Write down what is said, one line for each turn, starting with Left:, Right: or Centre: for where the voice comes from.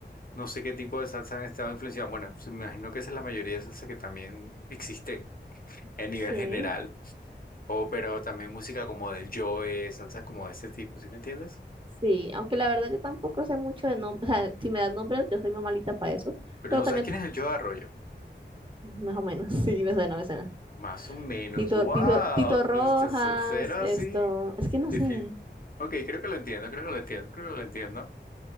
Left: no sé qué tipo de salsa han estado influenciados. Bueno, sí, me imagino que esa es la mayoría de salsa que también existe en nivel
Right: Sí,
Left: general, o pero también música como del Joe, salsa como de ese tipo, ¿sí me entiendes?
Right: sí. Aunque la verdad yo tampoco sé mucho de nombres. O sea, si me das nombres, yo soy muy malita para eso.
Left: Pero
Right: Pero
Left: no
Right: también,
Left: sabes quién
Right: t-
Left: es el Joe Arroyo.
Right: más o menos, <laughs> sí, me suena, me suena.
Left: Más o menos,
Right: Tito,
Left: wow,
Right: Tito, Tito Rojas,
Left: pues usted es salsero así,
Right: esto. Es que no
Left: difícil.
Right: sé.
Left: Ok, creo que lo entiendo, creo que lo entiendo, creo que lo entiendo.